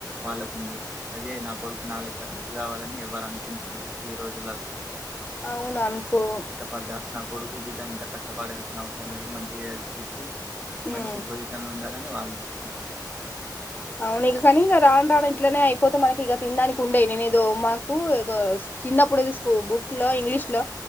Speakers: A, on the right; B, on the left.
A: వాళ్లకు ఉంది అదే నా కొడుకు నా లెక్క రైతు కావాలని ఎవరు అనుకుంటలేరు ఈ రోజుల్లో
B: అవును అనుకో
A: పడ్డ నా కొడుకు బిడ్డ ఇంత కష్టపడాల్సిన అవసరం లేదు మంచిగా చదివి పిచ్చి
B: ఉమ్
A: మంచి పొజిషన్లో ఉండాలని వాళ్ళు చేసుకుంటున్నారు
B: అవును ఇక కానీ ఇక రాను రాను ఇట్నే అయిపోతే మనకి ఇక తినడానికి ఉండయీ నేను ఏదో మాకు ఏదో చిన్న ప్పుడు అది స్కూ బుక్ లో ఇంగ్లీష్ లో